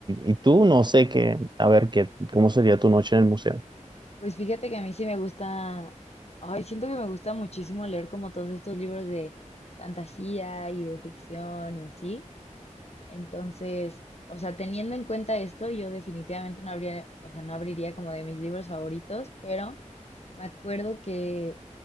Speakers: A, on the right; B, on the left.
A: y, y tú no sé qué, a ver, qué, cómo sería tu noche en el museo.
B: Pues fíjate que a mí sí me gusta, ay, siento que me gusta muchísimo leer como todos estos libros de fantasía y de ficción y así. Entonces, o sea, teniendo en cuenta esto, yo definitivamente no habría, o sea, no abriría como de mis libros favoritos, pero me acuerdo que